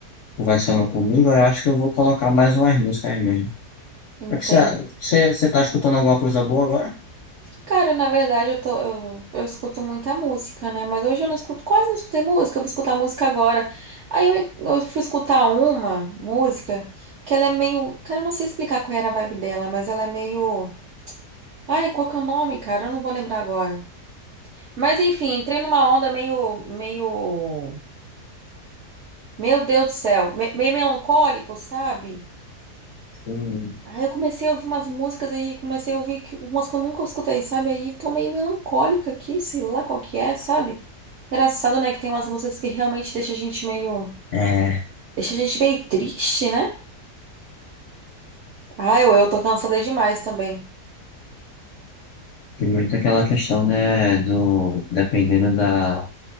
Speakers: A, on the left; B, on the right.
A: conversando comigo, eu acho que eu vou colocar mais umas músicas mesmo.
B: entendo.
A: É que você, você, você tá escutando alguma coisa boa agora?
B: Cara, na verdade, eu tô, eu, eu escuto muita música, né? Mas hoje eu não escuto, quase não escutei música, eu vou escutar música agora. Aí eu, eu fui escutar uma música que ela é meio. Cara, eu não sei explicar qual era a vibe dela, mas ela é meio. Ai, qual que é o nome, cara? Eu não vou lembrar agora. Mas enfim, entrei numa onda meio, meio Meu Deus do céu, me- meio melancólico, sabe?
A: Hum.
B: Aí eu comecei a ouvir umas músicas aí, comecei a ouvir que- umas que eu nunca escutei, sabe? Aí tô meio melancólica aqui, sei lá qual que é, sabe? Engraçado, né, que tem umas músicas que realmente deixa a gente meio,
A: É.
B: deixa a gente meio triste, né? Ah, eu, eu tô cansada demais também.
A: Tem muito aquela questão, né, do, dependendo da,